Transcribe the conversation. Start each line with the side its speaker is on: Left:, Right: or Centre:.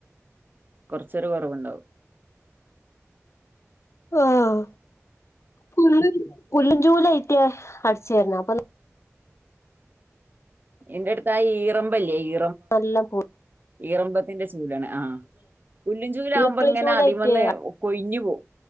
Right: കുറച്ച് ഒരു കുറവ് ഉണ്ടാവും
Left: ആഹ് പുല്ല് പുല്ലൻ ചൂലായിട്ടാ അടിച്ചുവാരുന്നെ അപ്പോ നമ്മക്ക്
Right: എൻ്റെടുത്താ ആ ഈറമ്പ് ഇല്ലേ ഈ
Left: നല്ലോം <unintelligible>
Right: ഈറൻ പുല്ല് ൻ്റെ ചൂലാണ് ആ പുല്ലിൻ ചൂലാവുമ്പോൾ
Left: ഈർക്കിലി
Right: ഇങ്ങനെ
Left: ചൂലായിട്ട്
Right: അതിന്മേൽന്ന് കൊഴിഞ്ഞു പോകും